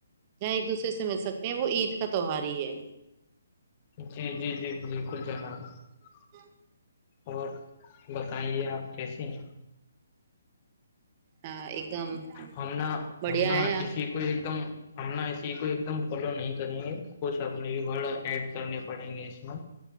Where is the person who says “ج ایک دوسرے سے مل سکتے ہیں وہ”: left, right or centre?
Right